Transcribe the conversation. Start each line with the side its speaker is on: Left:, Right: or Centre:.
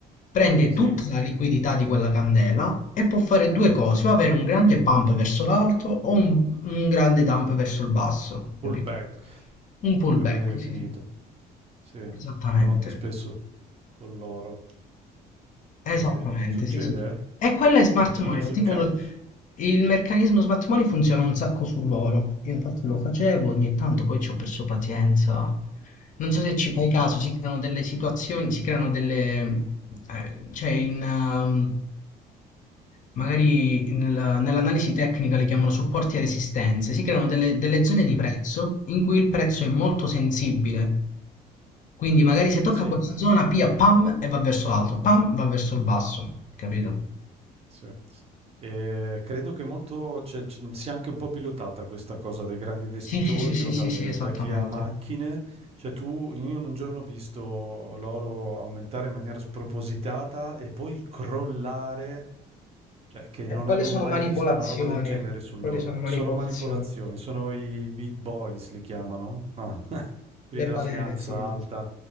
Left: prende
Right: Sì,
Left: tutta la liquidità di quella candela e può fare due cose, o avere un grande pump verso l'alto o un, un grande dump verso il basso,
Right: un pullback,
Left: capito? Un pullback,
Right: come viene definito.
Left: sì, sì,
Right: Sì, lo
Left: esattamente.
Right: noto spesso con l'oro.
Left: Esattamente,
Right: Sì, sì, succede,
Left: sì, sì. E quella è smart
Right: eh? È lì
Left: money,
Right: sul
Left: tipo
Right: caso.
Left: lo- il meccanismo smart money funziona un sacco su loro. Io infatti lo facevo ogni tanto, poi ci ho perso pazienza. Non so se ci fai caso, si creano delle situazioni, si creano delle... eh, cioè in... ehm, magari nella- nell'analisi tecnica li chiamano supporti e resistenze, si creano delle, delle zone
Right: Sì,
Left: di prezzo in cui il prezzo è molto sensibile quindi magari se tocca
Right: sì.
Left: quella zona, pia, pam, e va verso l'alto, pam, va verso il basso, capito?
Right: Sì. E credo che molto, cioè, ci- sia anche un po' pilotata questa cosa dai grandi investitori
Left: Sì, sì, sì, sì,
Right: o
Left: sì,
Right: dalle-
Left: sì, esattamente.
Right: da chi ha macchine. Cioè, tu, io in un giorno ho visto l'oro aumentare in maniera spropositata e poi crollare, cioè, che
Left: Eh,
Right: non
Left: quelle
Right: avevo
Left: sono
Right: mai
Left: manipolazioni,
Right: visto una roba del genere sull'oro.
Left: quelle sono manipolazioni.
Right: Sono manipolazioni, sono i big boys, li chiamano, no? <laughs> Quelli
Left: Le
Right: della
Left: balene,
Right: finanza
Left: sì,
Right: alta